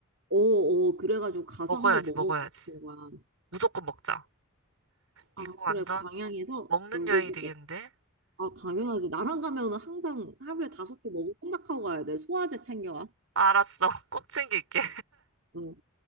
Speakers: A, on the right (about 60°); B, on the right (about 75°).
A: 어, 어, 그래가지고 가서
B: 먹어야지,
A: 한번 먹어보고
B: 먹어야지.
A: 싶은 거야.
B: 무조건 먹자.
A: 아,
B: 이거 완전
A: 그래, 광양에서
B: 먹는
A: 불고기
B: 여행이 되겠는데?
A: 아, 당연하지. 나랑 가면은 항상 하루에 다섯 개 먹을 생각하고 가야 돼. 소화제 챙겨와.
B: 알았어. <laughs> 꼭 챙길게.
A: 응.